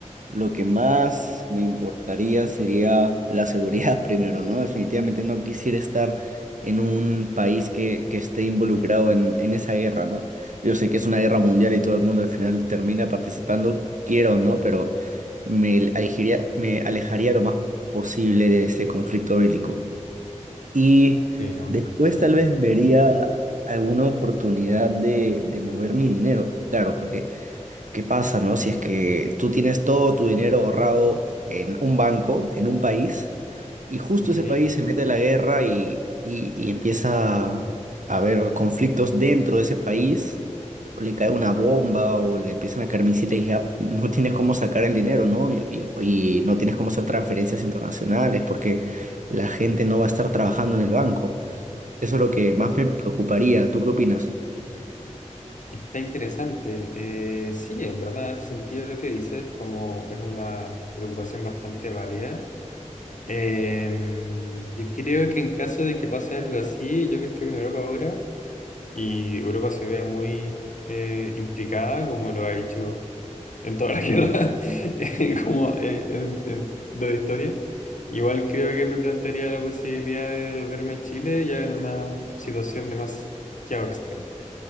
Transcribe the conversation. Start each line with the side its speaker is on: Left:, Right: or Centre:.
Right: lo que más me importaría sería la seguridad <laughs> primero, ¿no? Definitivamente no quisiera estar en un país que, que esté involucrado en, en esa guerra, ¿no? Yo sé que es una guerra mundial y todo el mundo al final termina participando, quiero o no, pero me alejaría, me alejaría lo más posible de este conflicto bélico. Y
Left: Sí, ¿no?
Right: después tal vez vería alguna oportunidad de, de mover mi dinero, claro, porque... ¿Qué pasa, no? Si es que tú tienes todo tu dinero ahorrado en un banco, en un país, y justo
Left: Ok.
Right: ese país se mete a la guerra y, y- y empieza a haber conflictos dentro de ese país, o le cae una bomba o le empiezan a caer misiles y ya no tienes cómo sacar el dinero, ¿no? Y, y- y no tienes cómo hacer transferencias internacionales porque la gente no va a estar trabajando en el banco. Eso es lo que
Left: Mm,
Right: más me preocuparía. ¿Tú qué opinas?
Left: Está interesante. Eh, sí, en verdad, ese sentido lo que dices como es una preocupación bastante válida. Eh, yo creo que en caso de que pase algo así, yo que estoy en Europa ahora y Europa se vea muy eh, implicada, como lo ha hecho en toda la <laughs> guerra, eh, como eh, en- en- de la historia, igual creo que me plantearía la posibilidad de volverme a Chile ya en una situación demasiado extrema.